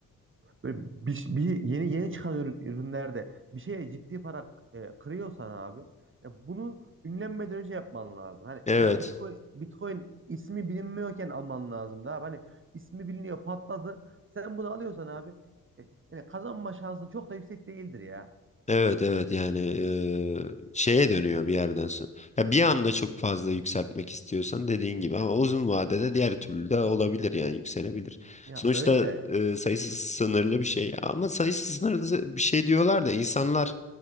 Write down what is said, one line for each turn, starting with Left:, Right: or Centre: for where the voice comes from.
Right: Böyle bir, bir yeni yeni çıkan ürün- ürünlerde bir şeye ciddi para e, kırıyorsan abi ya bunu ünlenmeden önce yapman lazım. Hani
Left: Evet.
Right: mesela Bitcoin Bitcoin ismi bilinmiyorken alman lazım da abi. Hani ismi biliniyor patladı. Sen bunu alıyorsan abi e, yani kazanma şansın çok da yüksek değildir ya.
Left: Evet evet yani eee, şeye dönüyor bir yerden sonra. Ya bir anda çok fazla yükseltmek istiyorsan dediğin gibi ama uzun vadede diğer türlü de olabilir yani yükselebilir.
Right: Ya
Left: Sonuçta
Right: öyle de.
Left: eee, sayısı sınırlı bir şey ama sayısı sınırlı bir şey diyorlar da insanlar